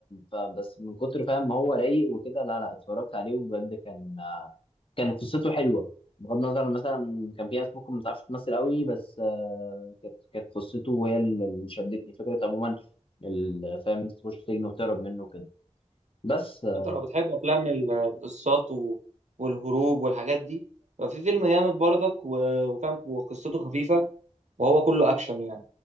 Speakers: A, on the left; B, on the right.
A: ف- بس من كتر فاهم ما هو رايق وكده لا لا اتفرجت عليه وبجد كان آه، كان قصته حلوه بغض النظر عن مثلا كان في ناس ممكن ما تعرفش تمثل قوي بس آه، كانت كانت قصته وهي اللي شدتني فكره عموما ال- فاهم تخش سجن وتهرب منه كده بس آه،
B: انت لو بتحب افلام ال- القصات و- والهروب والحاجات دي ففي فيلم جامد برضك و- وفاهم وقصته خفيفه وهو كله اكشن يعني